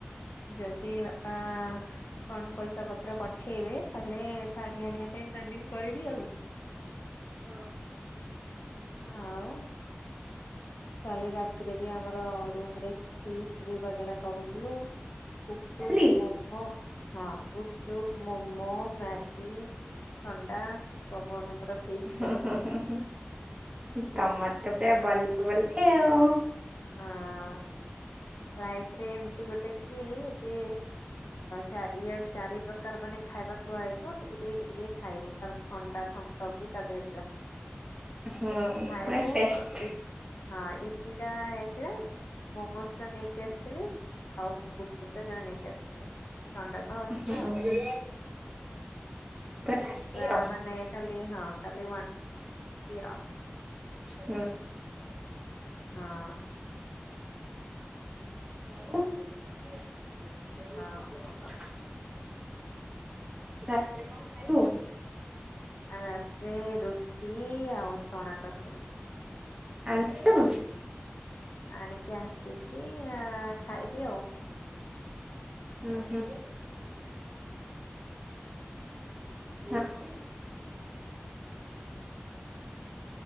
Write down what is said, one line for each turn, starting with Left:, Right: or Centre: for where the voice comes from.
Left: ଯଦି ବାପା କଣ ପଇସା ପତ୍ର ପ ପଠେଇବେ ତାହେଲେ ଶାଢ଼ୀ ଆଣିବା ପାଇଁ ପ୍ଲାନିଗ୍ କରିବି ଆଉ
Right: ଓ।
Left: ହଁ ଆଉ କାଲି ରାତି। ସେଥିରେ ବି ଆମର ରୁମରେ। ଫିଷ୍ଟ ବି ବଗେରା କରୁଥିଲୁ। ପୁପଚୁପ
Right: ଖାଲି
Left: ମୋମ। ହଁ ଗୁପଚୁପ ମୋମୋ ମ୍ୟାଗି ଥଣ୍ଡା। ସବୁ ଆମେ ପା ଫିଷ୍ଟ
Right: ହୁଁ
Left: କରିଥିଲୁ।
Right: ହୁଁ ତମର ତ ପୁରା ବଲେେଇ ବଲେ ଆଉ।
Left: ହଁ। ଲାଇଫରେ ଏମିତି ଗୋଟେ କି ଯେ ଚାରିଆଡ। ଚାରି ପ୍ରକାର ମାନେ ଖାଇବା ଥୁଆ ହେଇଥିବ ଟିକେ ଟିକେ ଟିକେ ଟିକେ ଖାଇବୁ ତାପରେ ଥଣ୍ଡା ଥମ ସବ ବି ତା ଦେହରେ ଥିଲା
Right: ହୁଁ
Left: ଖାଇବୁ।
Right: ପୁରା ଟେଷ୍ଟ
Left: ହଁ ଏଇ। ହେଇଥିଲା ମୋମୋ ଟା ନେଇକି ଆସିଥିଲି ଆଉ ଗୁପଚୁପ୍ଟା ଜଣେ ନେଇକି ଆସିଥିଲେ ଥଣ୍ଡା ତ ଆସିଥିଲା
Right: ହୁଁ
Left: ଆଉ
Right: ପୁରା ପାଟି
Left: ପ
Right: ଆଉ
Left: ମାନେ ଖାଲି ହଁାଲି ଆାେ।
Right: ହୁଁ
Left: ହଁ।
Right: ହ। <inaudible>
Left: ଆଉ କଣ କହ
Right: ରାତି ରେ କଣ ଖାଇଲ।
Left: ଆ ରାତିରେ ରୁଟି ଆଉ ଚଣା ତରକାରୀ।
Right: ଆଣି ସାରିଲୁଣୁ
Left: ଆଣିକି ଆସିଚ। ଅଛି ଖାଇବି ଆଉ।
Right: ହୁଁ ହୁଁ। ହଉଁ।